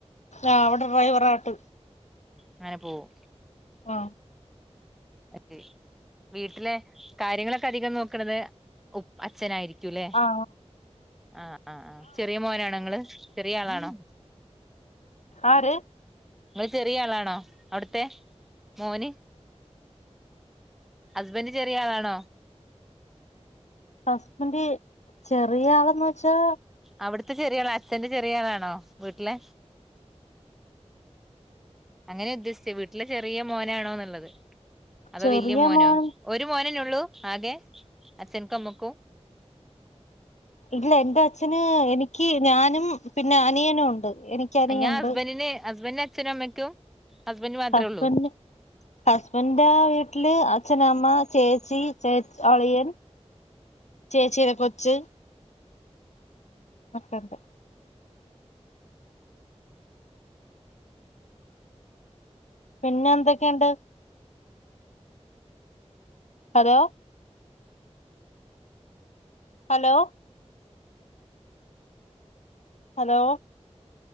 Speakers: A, on the left (about 85°); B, in the centre.
A: ആ അവിടെ ഡ്രൈവറായിട്ട്
B: അങ്ങനെ പോവും
A: ആ
B: അതെ വീട്ടിലെ കാര്യങ്ങളൊക്കെ അധികം നോക്കണത് ഉപ അച്ഛനായിരിക്കുംല്ലേ
A: ആ
B: ആ ആ ആ ചെറിയ മോനണോ നിങ്ങള് ചെറിയ ആളാണോ
A: ആര്
B: നിങ്ങള് ചെറിയ ആളാണോ അവിടുത്തെ മോന് ഹസ്ബൻറ്റ് ചെറിയ ആളാണോ
A: ഹസ്ബെൻ്റ് ചെറിയ ആളന്ന് വെച്ചാ
B: അവിടുത്തെ ചെറിയള് അച്ഛന്റെ ചെറിയളാണോ വീട്ടിലെ അങ്ങനെ ഉദ്ദേശിച്ച വീട്ടില് ചെറിയ മോനാണോന്നുള്ളത് അതോ
A: ചെറിയ
B: വലിയ മോനോ
A: മോൻ
B: ഒരു മോന ഉള്ള ആകെ അഛൻകും അമ്മക്കും
A: ഇല്ല എന്റെ അച്ഛന് എനിക്ക് ഞാനും പിന്നെ അനിയനും ഉണ്ട് എനിക്ക് അനിയുണ്ട്
B: ഞാൻ ഹസ്ബൻറിന് ഹസ്ബൻറിന്റെ അച്ഛനും അമ്മയ്ക്കും ഹസ്ബൻഡ് മാത്രേ
A: ഹസ്ബെൻ്റ്
B: ഉള്ളൂ
A: ഹസ്ബെൻ്റിൻ്റെ വീട്ടില് അച്ഛനമ്മ ചേച്ചി ചേച്ച് അളിയൻ ചേച്ചിയുടെ കൊച്ച് മറ്റണ്ട് പിന്നെ എന്തൊക്കെയുണ്ട് hello hello hello